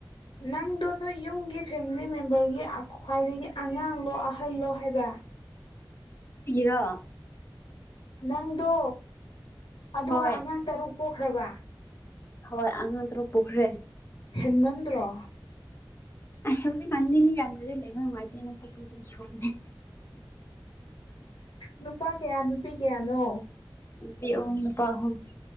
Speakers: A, on the left; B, on the left.
A: ꯅꯪꯗꯣ ꯅꯣꯏ ꯌꯨꯝꯒꯤ ꯐꯦꯃꯤꯂꯤ ꯃꯦꯝꯕꯔꯒꯤ ꯈ꯭ꯋꯥꯏꯗꯒꯤ ꯑꯉꯥꯡꯂꯣ ꯑꯍꯜꯂꯣ ꯍꯥꯏꯕ
B: ꯈ‌ꯣꯏꯒꯤꯔꯣ
A: ꯅꯪꯗꯣ ꯑꯗꯨꯒ
B: ꯍꯣꯏ
A: ꯑꯉꯥꯡ ꯇꯔꯨꯛ ꯄꯣꯛꯈ꯭ꯔꯕ
B: ꯍꯣꯏ ꯑꯉꯥꯡ ꯇꯔꯨꯛ ꯄ‌ꯣꯛꯈ꯭ꯔꯦ
A: ꯍꯦꯟꯃꯟꯗ꯭ꯔꯣ
B: ꯑꯁꯁ ꯍꯧꯀꯥꯟꯗꯤ ꯃꯤ ꯌꯥꯝꯗꯔꯗꯤ ꯂꯩꯕ ꯅꯨꯡꯉꯥꯏꯇ‌ꯦꯅ ꯄꯣꯛꯄꯤꯕꯩ‌ ꯋꯥꯅꯤ
A: ꯅꯨꯄꯥ ꯀꯌꯥ ꯅꯨꯄꯤ ꯀꯌꯥꯅꯣ
B: ꯅꯨꯄꯤ ꯑꯍꯨꯝ ꯅꯨꯄꯥ ꯑꯍꯨꯝ